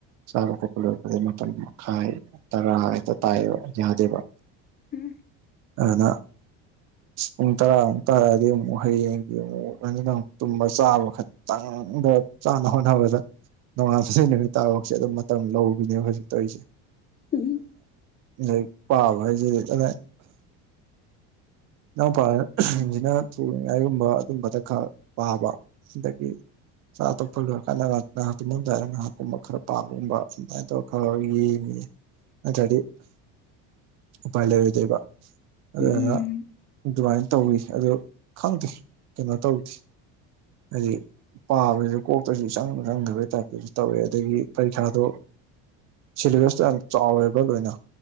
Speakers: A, on the right; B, on the left.
A: ꯆꯥꯕ ꯀꯣꯄ ꯂꯣꯏꯄꯩ ꯃ ꯃꯈꯥꯏ ꯇꯔꯥ ꯍꯥꯏꯦꯛꯇ ꯇꯥꯏꯕ ꯌꯥꯗꯦꯕ
B: ꯎꯝ ꯎꯝ
A: ꯑꯗꯨꯅ ꯄꯨꯡ ꯇꯔꯥꯃꯨꯛ ꯇꯔꯥꯑꯗꯤ ꯑꯃꯨꯛ ꯍꯌꯦꯡꯒꯤ ꯑꯃꯨꯛ ꯑꯗꯨꯅ ꯑꯃꯨꯛ ꯇꯨꯝꯕ ꯆꯥꯕ ꯈꯪ ꯆꯥꯅ ꯍꯣꯠꯅꯕꯗ ꯅꯣꯡꯉꯥꯁꯩ ꯅꯨꯃꯤꯠ ꯇꯥꯐꯥꯎꯁꯦ ꯑꯗꯨꯝ ꯃꯇꯝ ꯂꯧ ꯍꯧꯖꯤꯛꯇꯁꯦ
B: ꯎꯝ
A: ꯑꯩ ꯄꯥꯕ ꯍꯥꯏꯁꯤꯗꯤ ꯀꯗꯥ ꯏꯅꯥꯎꯄꯥꯁꯤꯅ ꯊꯨꯏꯉꯥꯏꯒꯨꯝꯕ ꯑꯗꯨꯝꯕꯗ ꯈꯔ ꯄꯥꯕ ꯗꯗꯒꯤ ꯆꯥ ꯑꯇꯣꯞꯄ ꯂꯣꯏꯔꯀꯥꯟꯗꯍ ꯉꯍꯥꯛ ꯇꯨꯃꯝꯗꯥꯏꯗꯒ ꯉꯥꯏꯍꯥꯛꯀꯨꯝꯕ ꯈꯔ ꯄꯥꯒꯨꯝꯕ ꯑꯗꯨꯃꯥꯏꯅ ꯇꯧꯔꯒ ꯈꯔ ꯌꯦꯡꯉꯤꯦ ꯃꯆꯥꯗꯤ ꯎꯄꯂ ꯑꯣꯏ ꯗꯕ ꯑꯗꯨ
B: ꯎꯝ
A: ꯑꯗꯨꯃꯥꯏꯅ ꯇꯧꯋꯤ ꯑꯗꯣ ꯈꯪꯗꯦ ꯀꯩꯅꯣ ꯇꯧꯗꯦ ꯍꯥꯏꯗꯤ ꯄꯥꯕꯁꯨ ꯀꯣꯛꯇꯁꯨ ꯏꯪ ꯆꯪꯗꯕꯩ ꯇꯥꯏꯞꯇꯁꯨ ꯇꯧꯋꯦ ꯑꯗꯒꯤ ꯄꯔꯤꯈꯥꯗꯣ ꯁꯤꯂꯕꯁꯇ ꯆꯥꯎꯋꯦꯕ ꯂꯣꯏꯅ